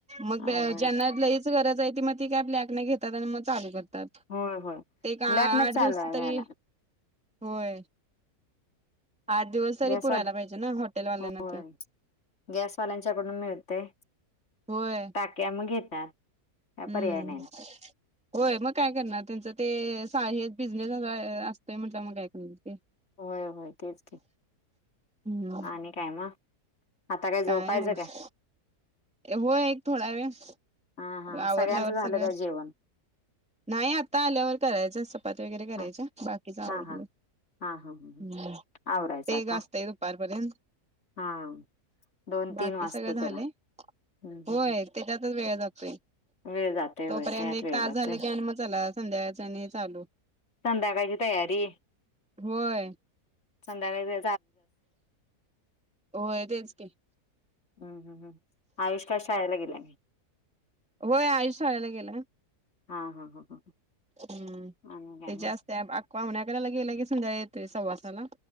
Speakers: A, in the centre; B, on the left.
A: मग
B: अवघड
A: ज्यांना
B: आहे
A: लईच गरज आहे त मग ती काय बालक नाही घेतात आणि मग चालू करत
B: होय होय
A: ते एक आठ
B: ब्लॅकनच चालू
A: दिवस
B: आहे
A: तरी,
B: घ्यायला
A: होय आठ दिवस तरी
B: गॅसवाल
A: पुरायला पाहिजे ना हॉटेल वाल्यांना.
B: होय गॅसवाल्यांच्याकडून मिळतय
A: होय
B: टाक्या मग घेतात. काय
A: हम्म
B: पर्याय नाही
A: होय मग काय करणार त्यांचं ते सा हे बिझनेस असतोय म्हणता मग कायक ते
B: होय होय तेच की,
A: हम्म
B: आणि काय मग? आता काय झोपायचं
A: नाही बघा
B: काय?
A: होय एक थोडा वेळ
B: हा हा
A: आवरल्यावर
B: सगळ्यांचं झालं
A: सगळं.
B: काय जेवण
A: नाही आत्ता आल्यावर करायचं चपाती वगैरे करायच्या
B: हा
A: बाकीच आवरलय.
B: हा हा हा हा
A: ह्
B: आवरायचं
A: ते
B: आता
A: ग असतय दुपारपर्यंत.
B: हा दोन तीन
A: बाकी
B: वाजता
A: सगळं
B: त्याला
A: झालय.
B: हम्म
A: होय
B: हम्म,
A: त्याच्यातच वेळ जातोय
B: वेळ जातोय
A: तोपर्यंत
B: होय त्यात
A: एक
B: वेळ
A: तास
B: जातोय
A: झाला की आणि मग चला. संध्याकाळच आणि चालू.
B: संध्याकाळची तयारी,
A: होय
B: संध्याकाळी <unintelligible> <unintelligible>
A: होय तेच की
B: हम्म हम् हम्म आयुष‌ काय शाळेला गेल्याय.
A: होय आयुष शाळेला गेलाय.
B: हा हा हा हा
A: हम्म
B: आणि काय
A: त्याच्या
B: मग
A: असते आ पावशे अकरा गेला की संध्याकाळी येतोय सव्वासाला.